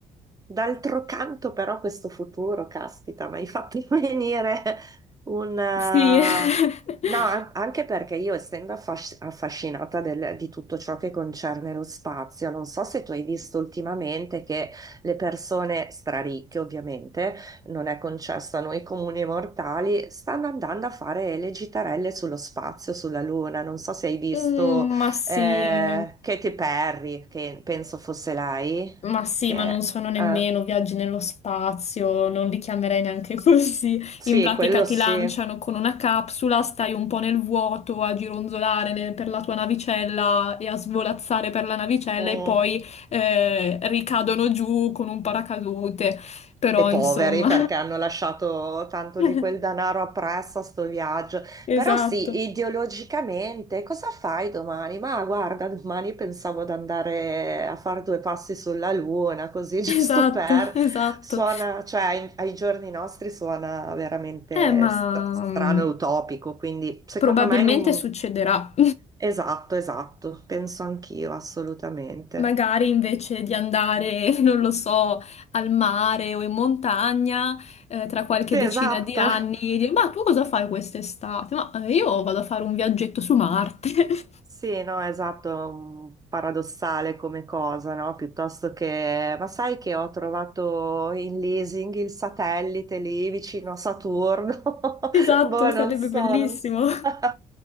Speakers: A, on the right; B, on the left.
A: D'altro canto, però, questo futuro, caspita, mi hai fatto <laughs> venire un... eh,
B: Sì. <laughs>
A: No, an- anche perché io, essendo affas- affascinata del- di tutto ciò che concerne lo spazio, non so se tu hai visto ultimamente che le persone straricche, ovviamente, non è concesso a noi comuni mortali, stanno andando a fare le gitarelle sullo spazio, sulla Luna. Non so se hai visto
B: Mm, ma sì.
A: eh, Katy Perry, che penso fosse lei,
B: Ma sì,
A: che...
B: ma non sono nemmeno
A: Eh,
B: viaggi nello spazio, non li chiamerei neanche <laughs> così.
A: sì,
B: In pratica
A: quello
B: ti
A: sì.
B: lanciano con una capsula, stai un po' nel vuoto a gironzolare nel- per la tua navicella e a svolazzare per la navicella
A: Mm.
B: e poi eh, ricadono giù con un paracadute. Però
A: E poveri
B: insomma,
A: perché hanno lasciato tanto
B: <laughs>
A: di quel denaro appresso a sto viaggio.
B: esatto,
A: Però sì, ideologicamente, cosa fai domani? Ma guarda, domani pensavo di andare a fare due passi sulla luna, così <laughs> giusto
B: esatto,
A: per...
B: esatto.
A: Suona, cioè ai, ai giorni nostri suona veramente
B: Eh, ma
A: st- strano
B: mm,
A: e utopico, quindi secondo
B: probabilmente
A: me in un...
B: succederà.
A: Esatto, esatto, penso anch'io, assolutamente.
B: Magari invece di andare, <laughs> non lo so, al mare o in montagna, eh, tra qualche
A: Sì,
B: decina
A: esatto.
B: di anni, dire, ma tu cosa fai quest'estate? Ma eh, io vado a fare un viaggetto su Marte. <laughs>
A: Sì, no, esatto, è un paradossale come cosa, no? Piuttosto che, ma sai che ho trovato in leasing il satellite lì vicino a Saturno? <laughs>
B: Esatto,
A: Boh,
B: sarebbe
A: non so,
B: bellissimo.
A: non so. <laughs>